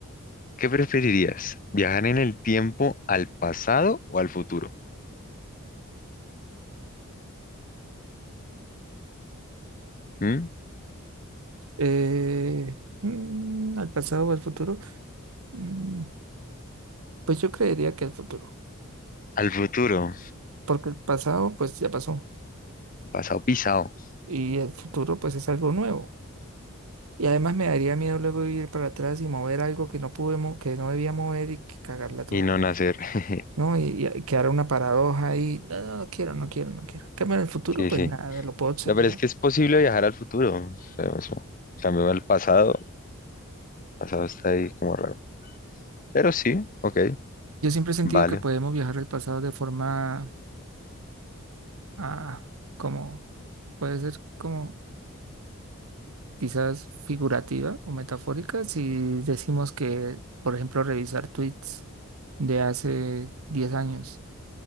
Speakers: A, on the left; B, on the right.
A: ¿Qué preferirías? ¿Viajar en el tiempo al pasado o al futuro? ¿Mm?
B: Eh, mm, ¿al pasado o al futuro? Mm, pues yo creería que al futuro,
A: Al futuro,
B: porque el pasado pues ya pasó
A: pasado pisado
B: y el futuro pues es algo nuevo. Y además me daría miedo luego ir para atrás y mover algo que no pude, mo- que no debía mover y que cagarla toda,
A: y no nacer. <laughs>
B: ¿no? Y, y- y quedar una paradoja ahí, no, no, no quiero, no quiero, no quiero. En cambio, en el futuro
A: Sí,
B: pues
A: sí.
B: nada, lo puedo observar.
A: La verdad es que es posible viajar al futuro, pero eso, cambio al pasado, pasado está ahí como raro. Pero sí, ok,
B: Yo siempre he sentido
A: vale.
B: que podemos viajar al pasado de forma ah, como puede ser como quizás figurativa o metafórica si decimos que, por ejemplo, revisar tweets de hace 10 años